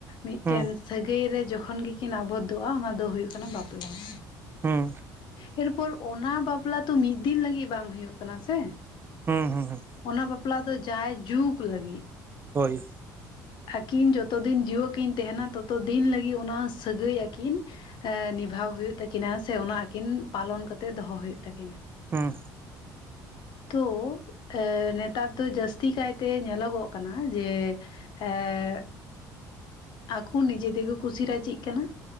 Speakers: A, on the left (about 65°); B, on the right (about 25°).
A: ᱢᱤᱫᱴᱮᱱ
B: ᱦᱩᱸ
A: ᱥᱟᱹᱜᱟᱹᱭ ᱨᱮ, ᱡᱚᱠᱷᱚᱱ ᱜᱮ ᱠᱤᱱ, ᱟᱵᱚᱫ ᱫᱚᱜᱼᱟ, ᱚᱱᱟ ᱫᱚ ᱦᱩᱭᱩᱜ ᱠᱟᱱᱟ, ᱵᱟᱯᱞᱟ ᱾
B: ᱦᱩᱸ
A: ᱦᱮᱞ ᱯᱚᱨ, ᱚᱱᱟ ᱵᱟᱯᱞᱟ ᱛᱚ, ᱢᱤᱫ ᱫᱤᱱ ᱞᱟᱹᱜᱤᱫ, ᱵᱟᱝ ᱦᱩᱭᱩᱜ ᱠᱟᱱᱟ ᱥᱮ?
B: ᱦᱩᱸ ᱦᱩᱸ
A: ᱚᱱᱟ ᱵᱟᱯᱞᱟ ᱵᱟᱯᱞᱟ ᱫᱚ, ᱡᱟᱭ ᱡᱩᱜᱽ ᱞᱟᱹᱜᱤᱫ ᱾
B: ᱦᱳᱭ ᱾
A: ᱟᱹᱠᱤᱱ ᱡᱚᱛᱚ ᱫᱤᱱ, ᱡᱤᱣᱮᱫ ᱠᱤᱱ ᱛᱟᱦᱮᱸᱱᱟ, ᱛᱚ ᱛᱚ ᱫᱤᱱ ᱞᱟᱹᱜᱤᱫ, ᱚᱱᱟ ᱥᱟᱹᱜᱟᱹᱭ ᱟᱠᱤᱱ ᱱᱤᱵᱷᱟᱣ ᱦᱩᱭᱩᱜ ᱛᱟᱹᱠᱤᱱᱟ, ᱥᱮ ᱚᱱᱟ, ᱟᱹᱠᱤᱱ ᱯᱟᱞᱚᱱ ᱠᱟᱛᱮᱜ, ᱫᱚᱦᱚ ᱦᱩᱭᱩᱜ ᱛᱟᱹᱠᱤᱱᱟ ᱾
B: ᱦᱚᱸ ᱾
A: ᱛᱚ ᱮ ᱱᱮᱛᱟᱨ ᱫᱚ ᱡᱟᱹᱥᱛᱤ ᱠᱟᱭᱛᱮ ᱧᱮᱞᱚᱜᱚᱜ ᱠᱟᱱᱟ ᱡᱮ ᱮᱸᱜ ᱟᱠᱳ ᱱᱤᱡᱮ ᱛᱮ ᱠᱚ ᱠᱩᱥᱤ ᱨᱟᱡᱤᱜ ᱠᱟᱱᱟ᱾